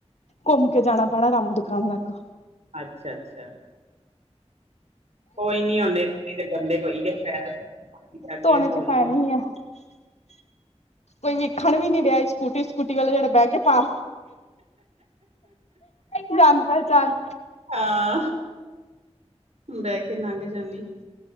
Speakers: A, on the left (about 70°); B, on the right (about 70°).
A: ਘੁੰਮ ਕੇ ਜਾਣਾ ਪੈਣਾ। ਰਾਮੂ ਦੁਕਾਨ ਲੱਗ।
B: ਅੱਛਾ ਅੱਛਾ। ਕੋਈ ਨੀ ਹੁਣ ਇਥੇ ਤੇ ਗੰਦੇ ਹੋਈ ਗਏ ਪੈਰ ਜਾ ਕੇ
A: ਧੋਣੇ
B: ਧੋ
A: ਤੇ
B: ਲਈ
A: ਪੈਣੇ ਹੀ ਆ। ਕੋਈ ਵੇਖਣ ਵੀ ਨੀ ਰਿਹਾ। ਸਕੂਟੀ ਸਕੂਟੀ ਵਾਲੇ ਜਿਹੜਾ ਬਹਿ ਕੇ ਪਾ। ਜਾਣ ਪਹਿਚਾਣ।
B: ਆਹ ਬਹਿ ਕੇ ਲੰਘ ਜਾਂਣੀ।